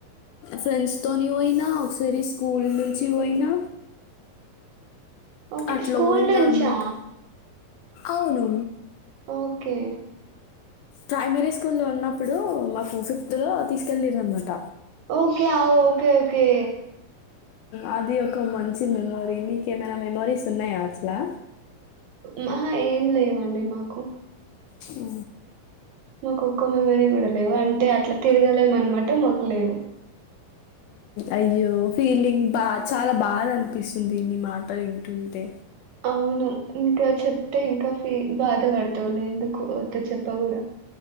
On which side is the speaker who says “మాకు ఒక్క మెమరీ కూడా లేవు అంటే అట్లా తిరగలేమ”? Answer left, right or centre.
Right